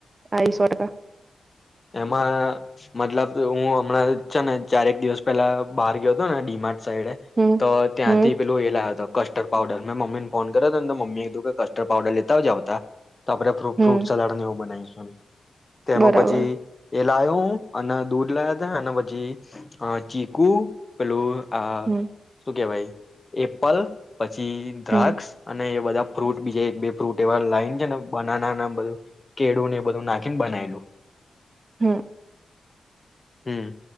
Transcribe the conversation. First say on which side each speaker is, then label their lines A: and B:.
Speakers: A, on the right (about 45°); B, on the left (about 30°).
A: આઈ સો ટકા
B: એમાં મતલબ હું હમણાં છે ને ચારેક દિવસ પેલા બહાર ગયો હતો ને ડીમાર્ટ સાઈડે
A: હમ
B: તો ત્યાંથી
A: હમ
B: પેલું એ લા વતો કસ્ટર્ડ પાવડર, મેં મમ્મીને ફોન કર્યો તો ને તો મમ્મી એ કીધું કે કસ્ટર્ડ પાવડર લેતા જ આવતા. તો આપણે ફ્રૂ
A: હમ
B: ફ્રૂટ સલાડને એવું બનાઈ. હા. તેમાં
A: બરાબર
B: પછી એ લાયો હું, અને દૂધ લાયા તા, અને પછી અહ ચીકુ, પેલું હા.
A: હમ
B: કેવાય એપલ પછી દ્રાક્ષ,
A: હમ
B: અને એ બધા ફ્રૂટ બીજા એક બે ફ્રૂટ એવા લાઈન છે ને બનાના ને બધું, કેળું ને એ બધું નાખીને બનાયેલું.
A: હમ્મ.
B: હમ્મ.